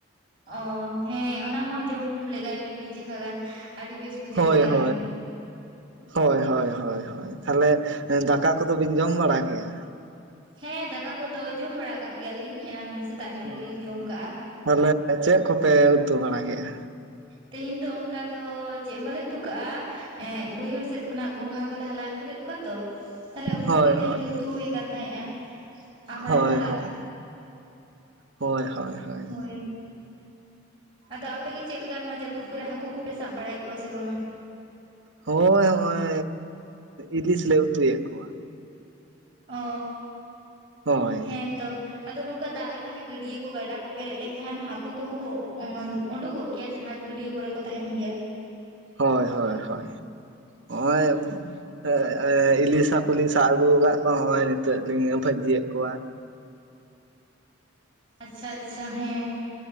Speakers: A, on the right; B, on the right.
A: ᱚ ᱦᱮᱸ ᱚᱱᱟ ᱦᱚᱸ ᱡᱚᱢ ᱞᱮᱜᱟᱭ ᱵᱤᱱ ᱢᱤᱫ ᱪᱤᱠᱷᱟ ᱜᱟᱱ, ᱟᱹᱰᱤ ᱵᱮᱥ ᱵᱩᱡᱷᱟᱹᱜ
B: ᱦᱳᱭ
A: ᱜᱮᱭᱟ
B: ᱦᱳᱭ
A: ᱚᱱᱟ ᱦᱚᱸ
B: ᱦᱳᱭ ᱦᱳᱭ ᱦᱳᱭ ᱦᱳᱭ, ᱛᱟᱦᱚᱞᱮ ᱫᱟᱠᱟ ᱠᱚᱫᱚ ᱵᱤᱱ ᱡᱚᱢ ᱵᱟᱲᱟ ᱠᱮᱜᱼᱟ?
A: ᱦᱮᱸ ᱫᱟᱠᱟ ᱠᱚᱫᱚ ᱡᱚᱢ ᱵᱟᱲᱟ ᱠᱟᱜ ᱜᱮᱭᱟᱞᱤᱧ, ᱮᱱᱟᱝ ᱥᱮᱛᱟᱜ ᱧᱚᱜ
B: ᱦᱳᱭ
A: ᱨᱮᱜᱮᱞᱤᱧ ᱡᱚᱢ ᱠᱟᱜᱼᱟ᱾
B: ᱛᱟᱦᱚᱞᱮ ᱪᱮᱫ ᱠᱚᱯᱮ ᱩᱛᱩ ᱵᱟᱲᱟ ᱠᱮᱜ-ᱟ?
A: ᱛᱮᱦᱮᱧ ᱫᱚ ᱚᱱᱠᱟ ᱫᱚᱻ ᱪᱮᱫ ᱦᱚᱸ ᱵᱟᱞᱮ ᱩᱛᱩ ᱠᱟᱜᱼᱟ᱾ ᱮᱸ ᱵᱟᱹᱭᱦᱟᱹᱲ ᱥᱮᱫ ᱠᱷᱚᱱᱟᱜ ᱜᱚᱝᱜᱷᱟ ᱠᱚᱞᱮ ᱦᱟᱞᱟᱝ ᱟᱹᱜᱩ ᱞᱮᱫ ᱠᱚᱣᱟ ᱛᱚ, ᱛᱟᱦᱞᱮ ᱩᱱᱠᱩ
B: ᱦᱳᱭ
A: ᱜᱮ ᱛᱮᱦᱤᱧ
B: ᱦᱳᱭ
A: ᱫᱚ ᱩᱛᱩ ᱦᱩᱭ ᱠᱟᱱ ᱛᱟᱦᱮᱸᱜᱼᱟ᱾ ᱟᱢᱲᱟ
B: ᱦᱳᱭ-ᱦᱳᱭ-ᱦᱳᱭ,
A: ᱥᱟᱞᱟᱜ
B: ᱦᱳᱭ-ᱦᱳᱭ-ᱦᱚᱭ᱾
A: ᱦᱳᱭ ᱟᱫᱚ ᱟᱯᱮ ᱜᱮ ᱪᱮᱫ ᱞᱮᱠᱟ ᱱᱚᱣᱟ ᱡᱟᱹᱯᱩᱫ ᱠᱚᱨᱮ ᱦᱟᱹᱠᱩ ᱠᱚᱯᱮ ᱥᱟᱵᱽ ᱵᱟᱲᱟᱭᱮᱫᱽ ᱠᱚᱣᱟ ᱥᱮ ᱵᱟᱝᱟ?
B: ᱦᱳᱭ-ᱦᱚᱭᱻ ᱤᱫᱤᱥ ᱞᱮ ᱩᱛᱩᱭᱮᱫᱽ ᱠᱚ᱾
A: ᱚᱻ
B: ᱦᱳᱭ
A: ᱦᱮᱸ ᱛᱚ᱾ ᱟᱫᱚ ᱱᱚᱝᱠᱟ ᱫᱟᱜ ᱞᱮᱠᱷᱟᱱᱮ ᱜᱟᱹᱰᱭᱟᱹ ᱠᱚ ᱜᱟᱰᱟ ᱠᱚ ᱯᱮᱨᱮᱡ ᱞᱮᱱᱠᱷᱟᱱ ᱦᱟ ᱠᱩ ᱠᱚᱦᱚᱸ ᱠᱚ ᱳᱰᱳᱠᱚᱜ ᱜᱮᱭᱟ ᱡᱟᱦᱟᱸ ᱜᱟᱹᱰᱭᱟᱹ ᱠᱚᱨᱮ ᱠᱚ ᱛᱟᱦᱮᱱ ᱜᱮᱭᱟ᱾
B: ᱦᱳᱭ-ᱦᱳᱭ-ᱦᱳᱭ, ᱱᱚᱜᱼᱚᱭ ᱤᱞᱤᱥᱟ ᱠᱩᱞᱤᱧ ᱥᱟᱜ ᱟᱹᱜᱩᱣᱟᱠᱟᱫ ᱠᱚᱣᱟ, ᱦᱚᱸᱜ-ᱚᱭ ᱱᱤᱛᱚᱜ ᱞᱤᱧ ᱵᱷᱟᱹᱡᱤᱭᱮᱜ ᱠᱚᱣᱟ᱾
A: ᱟᱪᱪᱷᱟ-ᱟᱪᱪᱷᱟ ᱦᱮᱸ᱾